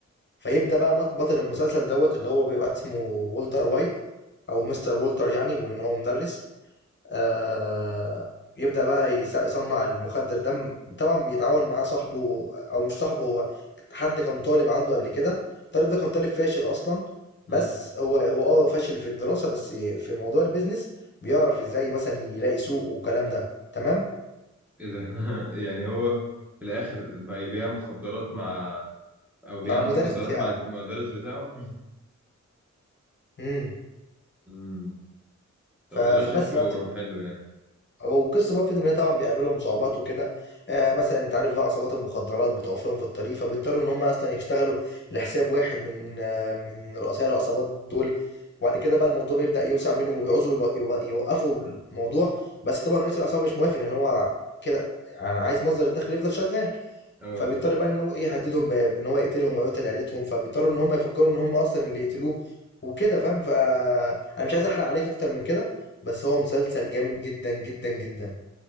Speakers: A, on the left; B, in the centre.
A: فيبدأ بقى مط- بطل المسلسل دوت اللي هو بيبقى اسمه والتر وايت او مستر والتر يعني بما ان هو مدرس آه، يبدأ بقى يص- يصنع المخدر ده م- طبعا بيتعاون مع صاحبه او مش صاحبه هو حد كان طالب عنده قبل كده الطالب ده كان طالب فاشل اصلا بس
B: امم
A: هو هو اه فاشل في الدراسة بس في موضوع البيزنس بيعرف ازاي مثلا يلاقي سوق والكلام ده تمام
B: ايه ده <laughs> يعني هو في الاخر بقى يبيع مخدرات مع او بيعمل
A: مع المدرس
B: مخدرات
A: بتاعه
B: مع المدرس بتاعه <laughs>
A: امم
B: امم طب
A: ف-
B: والله
A: فبس
B: شكله
A: بقى
B: حلو يعني
A: والقصة بقى بتبدأ من هنا طبعا بيقابلهم صعوبات وكده آه مثلا انت عارف بقى عصابات المخدرات بتقف لهم في الطريق فبيضطروا ان هم اصلا يشتغلوا لحساب واحد من آه من رؤساء العصابات دول وبعد كده بقى الموضوع بيبدأ يوسع منهم وبيعوزوا يبق- يبق- يوقفوا الموضوع بس طبعا رئيس العصابة مش موافق لان هو كده انا عايز مصدر الدخل يفضل شغال
B: اه
A: فبيضطر بقى إن هو إيه يهددهم ب بإن هو يقتلهم أو يقتل عيلتهم، فبيضطروا إن هم يفكروا إن هم أصلًا اللي يقتلوه وكده فاهم، فأنا مش عايز أحرق عليك أكتر من كده، بس هو مسلسل جامد جدًا، جدًا، جدًا.